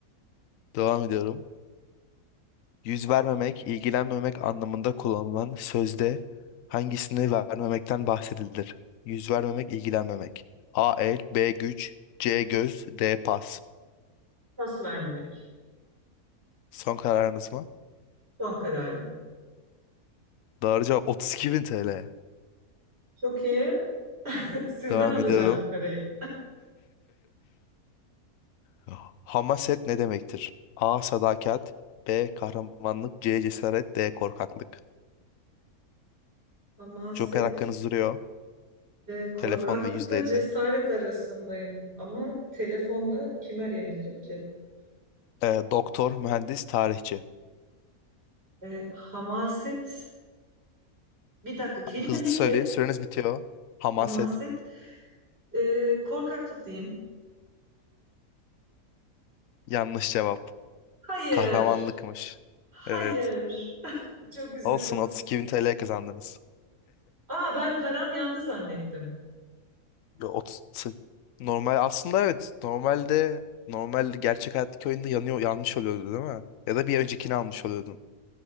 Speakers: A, on the left; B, on the right.
A: Devam ediyorum. Yüz vermemek, ilgilenmemek anlamında kullanılan sözde hangisini vermemekten bahsedilir? Yüz vermemek, ilgilenmemek. A el, B güç, C göz, D pas.
B: Pas vermemek.
A: Son kararınız mı?
B: Son kararım.
A: Doğru cevap 32 bin TL.
B: Çok iyi. <laughs> Sizden
A: Devam
B: alacağım
A: ediyorum.
B: bu parayı.
A: <laughs> Hamaset ne demektir? A. Sadakat B. Kahramanlık C. Cesaret D. Korkaklık
B: Hamaset.
A: Joker hakkınız duruyor.
B: e, korkaklıkla
A: Telefon ve %50.
B: cesaret arasındayım. Ama telefonla kimi arayabilirim ki?
A: Ee, doktor, mühendis, tarihçi.
B: E, hamaset. Bir dakika kelime
A: Hızlı
B: neydi?
A: söyleyin süreniz bitiyor. Hamaset.
B: Hamaset. e, korkaklık diyeyim.
A: Yanlış cevap.
B: Hayır.
A: Kahramanlıkmış.
B: Hayır.
A: Evet.
B: Çok üzüldüm.
A: Olsun 32 bin TL kazandınız.
B: Aa ben param yandı zannettim.
A: Yo, 30, normal aslında evet. Normalde normal gerçek hayattaki oyunda yanıyor yanlış oluyordu değil mi? Ya da bir öncekini almış oluyordun.